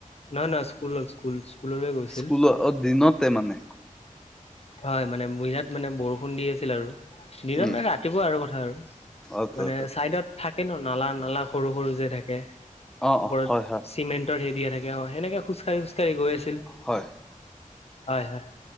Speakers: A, on the left (about 50°); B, in the centre.
A: নহয় নহয় স্কুলৰ স্কুল স্কুল স্কুললৈ গৈছিল।
B: স্কুলৰ অ', দিনতে মানে
A: হয়, মানে বিৰাট মানে বৰষুণ দি আছিল আৰু। দিনত
B: উম,
A: মানে ৰা ৰাতিপুৱা আৰু কথা আৰু।
B: অ',
A: মানে
B: অ', অ',
A: চাইডত থাকে ন নালা-নালা সৰু-সৰু যে থাকে,
B: অ
A: ওপৰত
B: হয়, হয়,
A: চিমেণ্ট তৰ হেৰি দিয়া থাকে অ', সেনেকে খোজ কাঢ়ি খোজ কাঢ়ি গৈ আছিল।
B: হয়।
A: হয়, হয়,